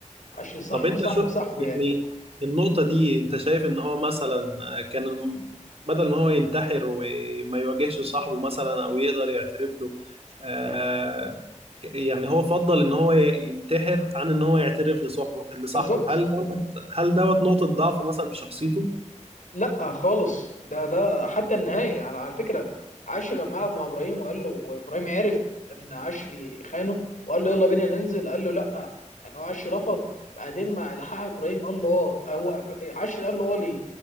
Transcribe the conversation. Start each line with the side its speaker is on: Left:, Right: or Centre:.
Left: عشري صاحب
Right: طب انت
Left: صاحب
Right: شو
Left: صاحبه
Right: يعني
Left: يعني
Right: النقطة دي انت شايف ان هو مثلا كان الم- بدل ما هو ينتحر وما يواجهش صاحبه مثلا او يقدر يعترف له آه، يعني هو فضل ان هو ي- ينتحر عن ان هو يعترف لصاحبه لصاحبه
Left: بالظبط
Right: هل دوت هل دوت نقطة ضعف مثلا في شخصيته؟
Left: لا خالص ده ده حتى النهائي على على فكره عشري لما قعد مع ابراهيم وقال له وابراهيم عرف ان عشري خانه وقال له يلا بينا ننزل قال له لا انا عشري رفض بعدين مع الحاح ابراهيم قال له اه هو عشري قال له اه ليه